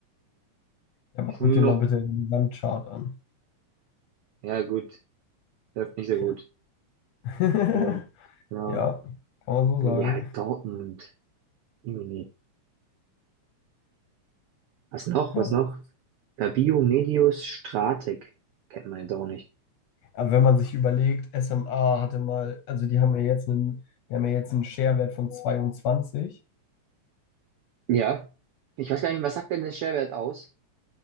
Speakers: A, on the left; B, on the right.
A: aber
B: Die
A: guck
B: sind
A: dir
B: nur noch,
A: mal bitte den Gesamtchart an.
B: ja gut, läuft nicht so gut.
A: Ja, <laughs>
B: Ähm, ja,
A: ja, kann man so
B: ja,
A: sagen.
B: Dortmund, Jemini. Was noch,
A: Ja.
B: was noch? Fabio Medius Stratek, kennt man jetzt auch nicht.
A: Aber wenn man sich überlegt, SMA hatte mal, also die haben ja jetzt einen, die haben ja jetzt einen Sharewert von zweiundzwanzig,
B: Ja, ich weiß gar nicht, was sagt denn der Schwerwert aus?